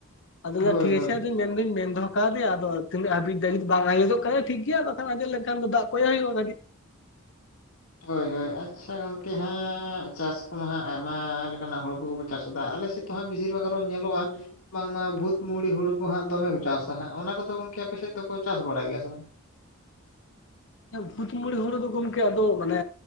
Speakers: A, on the left; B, on the left.
A: ᱟᱫᱚ ᱴᱷᱤᱠ
B: ᱦᱳᱭ
A: ᱜᱮᱭᱟ
B: ᱦᱳᱭ
A: ᱪᱷᱮ ᱪᱮᱫ ᱟᱫᱚᱧ ᱢᱮᱱᱟ ᱤᱧ ᱫᱩᱧ ᱢᱮᱱ ᱫᱚᱦᱚ ᱠᱟᱣᱫᱮᱭᱟ ᱟᱫᱚ ᱛᱤᱱᱟᱹᱜ ᱦᱟᱵᱤᱡ ᱴᱷᱤᱠ ᱜᱮᱭᱟ ᱟᱫᱚ ᱦᱟᱸᱜ ᱠᱷᱟᱱ ᱟᱸᱡᱮᱫ ᱞᱮᱠᱷᱟᱱ ᱫᱚ ᱫᱟᱜ ᱠᱚᱭᱮ ᱦᱳᱭᱳᱜᱼᱟ ᱦᱩᱭᱩᱜᱼᱟ ᱞᱟᱹᱜᱤᱫ᱾
B: ᱦᱚᱭ ᱦᱚᱭ ᱟᱪᱪᱷᱟ ᱜᱚᱝᱠᱮ ᱦᱟᱸᱜ ᱪᱟᱥ ᱠᱚᱢᱟ ᱦᱟᱸᱜ ᱟᱭᱢᱟ ᱞᱮᱠᱟᱱᱟᱜ ᱦᱩᱲᱩ ᱠᱚᱠᱚ ᱪᱟᱥ ᱫᱟ ᱟᱞᱮ ᱥᱮᱫ ᱛᱚ ᱦᱟᱜ ᱵᱮᱥᱤᱨ ᱵᱷᱟᱜ ᱟᱨᱦᱚᱸ ᱧᱮᱞᱚᱜᱼᱟ ᱾ ᱵᱟᱝᱢᱟ ᱵᱷᱩᱛ ᱢᱩᱲᱤ ᱦᱩᱲᱩ ᱠᱚ ᱦᱟᱸᱜ ᱫᱚᱢᱮ ᱠᱚ ᱪᱟᱥᱟ ᱦᱟᱸᱜ ᱚᱱᱟ ᱠᱚᱫᱚ ᱜᱚᱝᱠᱮ ᱟᱯᱮ ᱥᱮᱫ ᱫᱚᱠᱚ ᱪᱟᱥ ᱵᱟᱲᱟᱭ ᱜᱮᱣᱟ ᱥᱮ ᱵᱟᱝ ᱾
A: ᱵᱷᱩᱛ ᱢᱩᱲᱤ ᱦᱩᱲᱩ ᱫᱚ ᱜᱚᱝᱠᱮ ᱟᱫᱚ ᱢᱟᱱᱮ